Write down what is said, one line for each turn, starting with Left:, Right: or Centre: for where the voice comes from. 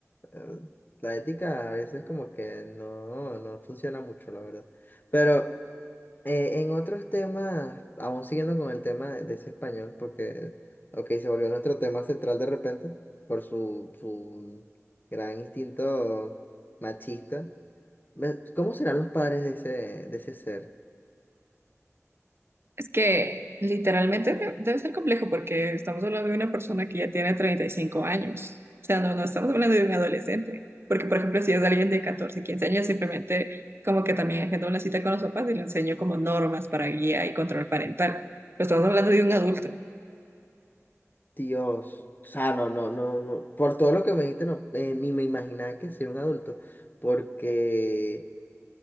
Left: eh, la ética a veces como que no, no funciona mucho, la verdad. Pero eh, en otros temas, aún siguiendo con el tema de, de ese español, porque, ok, se volvió nuestro tema central de repente por su, su gran instinto machista. Me- ¿Cómo serán los padres de ese, de ese ser?
Right: Es que literalmente de- debe ser complejo porque estamos hablando de una persona que ya tiene 35 años. O sea, no, no estamos hablando de un adolescente. Porque, por ejemplo, si es alguien de 14, 15 años, simplemente como que también agendo una cita con los papás y le enseño como normas para guía y control parental. Pero estamos hablando de un adulto.
Left: Dios, o sea, no, no, no, no, por todo lo que me dijiste, no, eh, ni me imaginaba que sería un adulto, porque